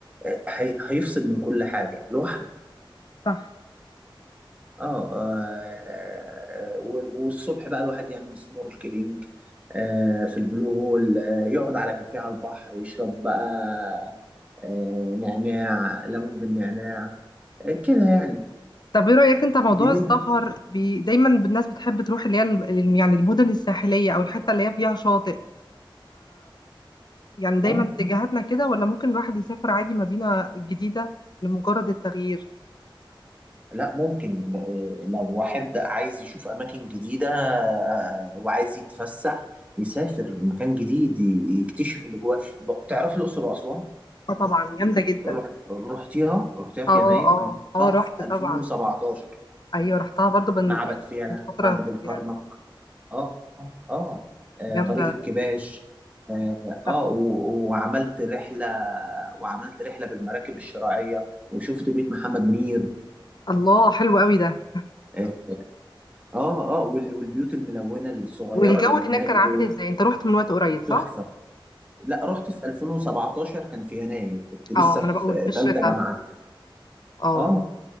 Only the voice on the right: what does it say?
آه، هي- هيفصل من كل حاجه لوحده
اه آه، وال- والصبح بقى الواحد يعمل سنوركلينج آه في البلو هول آه يقعد على كافيه على البحر يشرب بقى آه نعناع ليمون بالنعناع آه كده يعني
بالليل
اه
لا ممكن آه لو واحد عايز يشوف اماكن جديدة آه وعايز يتفسح يسافر مكان جديد ي- يكتشف اللي جواه ب- تعرف الاقصر واسوان
رحت- رحتيها رحتيها في
يناير
انا
رحتها
في 2017
معبد
فيلة
معبد
الكرنك اه اه آه،
طريق الكباش اه
آه، و- وعملت رحلة وعملت رحلة بالمراكب الشراعية وشفت بيت محمد منير
اه اه آه، وال- والبيوت الملونة الصغيرة
اللي
هناك
دي
تحفة لا رحت في 2017 كان في يناير كنت لسه
في
ثالثة جامعة
اه